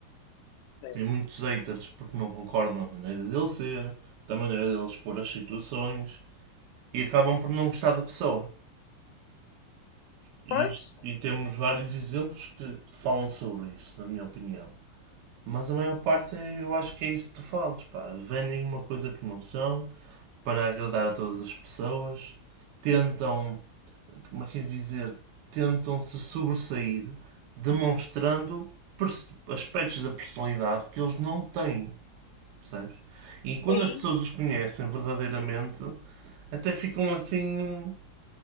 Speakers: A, on the left; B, on the right.
A: Sim.
B: Tem muitos haters porque não concordam na maneira dele ser, da maneira dele expor as situações, e acabam por não gostar da pessoa. E,
A: Pois.
B: e temos vários exemplos que, que falam sobre isso, na minha opinião. Mas a maior parte é- eu acho que é isso que tu falas, pá. Vendem uma coisa que não são para agradar a todas as pessoas, tentam como é que é dizer, tentam se sobressair demonstrando aspectos da personalidade que eles não têm, percebes? E quando
A: é
B: as pessoas os conhecem verdadeiramente, até ficam assim